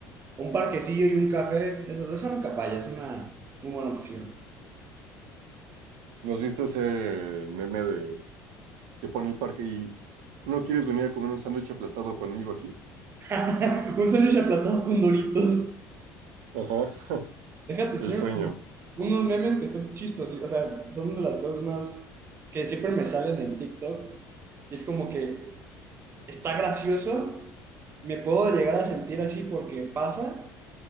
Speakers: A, on the right; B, on the right.
A: Un parquecillo y un café, eso, eso nunca falla, es una muy buena opción.
B: Nos viste ese meme de que pone el parque y ¿no quieres venir a comer un sándwich aplastado conmigo aquí?
A: <laughs> un sándwich aplastado con doritos.
B: Ajá, <laughs>
A: Déjate, enseño
B: el sueño.
A: unos memes que están chistosos, o sea, son de las cosas más que siempre me salen en TikTok y es como que está gracioso, me puedo llegar a sentir así porque pasa,